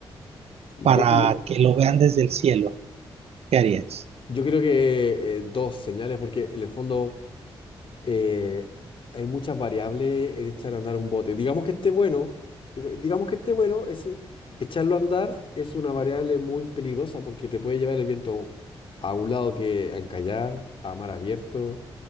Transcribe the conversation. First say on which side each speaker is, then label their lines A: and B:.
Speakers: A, on the left; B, on the right.
A: Yo,
B: para
A: yo,
B: que lo vean desde el cielo. ¿Qué harías?
A: Yo creo que eh, dos señales, porque en el fondo eh, hay muchas variables en echar a andar un bote. Digamos que esté bueno, eh, digamos que esté bueno, ese echarlo a andar es una variable muy peligrosa porque te puede llevar el viento a un lado que a encallar, a mar abierto.